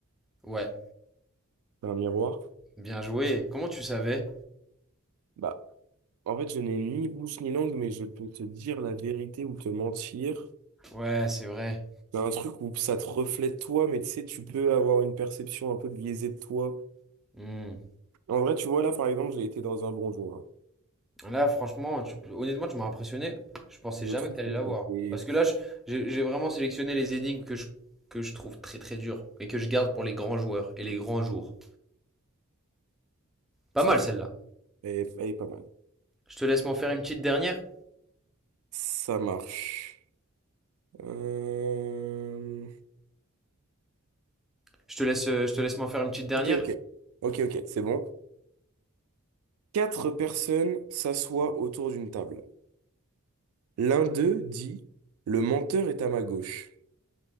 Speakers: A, in the centre; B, on the right (about 75°).
A: Ouais,
B: C'est un miroir?
A: bien joué. Comment tu savais?
B: Bah, en fait, je n'ai ni bouche ni langue, mais je peux te dire la vérité ou te mentir.
A: Ouais, c'est vrai.
B: C'est un truc où ça te reflète toi, mais tu sais, tu peux avoir une perception un peu biaisée de toi.
A: Hmm.
B: En vrai, tu vois, là, par exemple, j'ai été dans un bonjour. hein.
A: Là, franchement, tu- honnêtement, tu m'as impressionné. Je pensais
B: Je
A: jamais
B: trouve
A: que t'allais
B: que
A: l'avoir.
B: j'ai été...
A: Parce que là, je- j'ai j'ai vraiment sélectionné les énigmes que je, que je trouve très très dures, mais que je garde pour les grands joueurs et les grands jours. Pas
B: C'est
A: mal
B: vrai.
A: celle-là.
B: Elle est, elle est pas mal.
A: Je te laisse m'en faire une petite dernière.
B: Ça marche. Euh,
A: Je te laisse, euh, je te laisse m'en faire une petite dernière.
B: Ok, ok. Ok, ok, c'est bon. Quatre personnes s'assoient autour d'une table. L'un d'eux dit, Le menteur est à ma gauche.